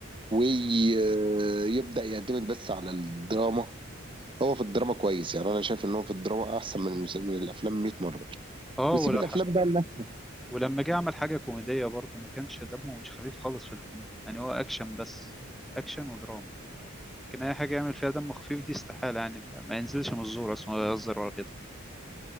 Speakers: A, on the right; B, in the centre.
A: ويبدا يعتمد بس على الدراما هو في الدراما كويس يعني انا شايف ان هو في الدراما احسن من المس- من الافلام 100 مره
B: اه
A: ويسيب
B: ولا
A: الافلام بقى لنا
B: ولما جه عمل حاجه كوميديه برضه ما كانش دمه مش خفيف خالص في الكوميدي يعني هو اكشن بس اكشن ودراما لكن اي حاجه يعمل فيها دم خفيف دي استحاله يعني لا- ما ينزلش من الزور اصلا ولا يهزر ولا بيضحك